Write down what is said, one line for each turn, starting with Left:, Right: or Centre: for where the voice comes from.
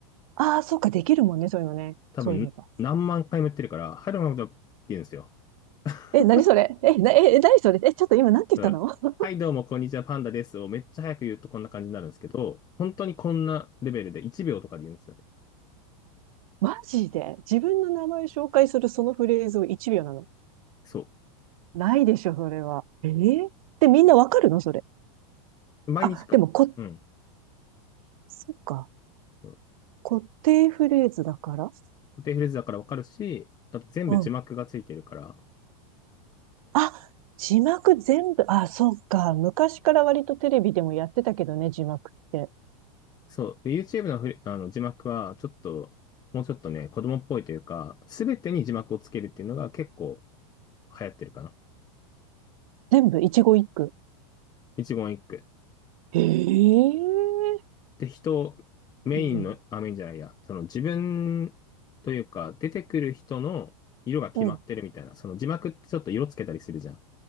Right: ああそうか、できるもんね、そういうのね。
Left: 多分、
Right: そういえば。
Left: 何万回もやってるから、はい、どうもどうもって言うんですよ。<laughs>
Right: え、何それえ、な、え、え何それえ、ちょっと今なんて言ったの
Left: うん。
Right: <laughs>
Left: はい、どうも、こんにちは、パンダですをめっちゃ早く言うとこんな感じになるんですけど、本当にこんなレベルで1秒とかで言うんですよね。
Right: マジで自分の名前を紹介するそのフレーズを1秒なの。
Left: そ
Right: ないでしょ、それは。ええ。で、みんなわかるのそれ。
Left: う。毎日か、
Right: あ、でもこ、
Left: うん。
Right: そっか。
Left: そう
Right: 固定フレーズだから。
Left: 固定フレーズだからわかるし、あと全部字幕がついてるから、
Right: うん。あ、字幕全部、あ、そっか。昔から割とテレビでもやってたけどね、字幕って。
Left: そう。で YouTube のフレ、あの字幕は、ちょっと、もうちょっとね、子供っぽいというか、すべてに字幕をつけるっていうのが結構流行ってるかな。
Right: 全部、一語一句。
Left: 一言一句。
Right: ええ
Left: で、人、メインの、
Right: うん。
Left: あ、メインじゃないや、その自分というか、出てくる人の色が決まってるみたいな、
Right: うん。
Left: その字幕ってちょっと色つけたりするじゃん。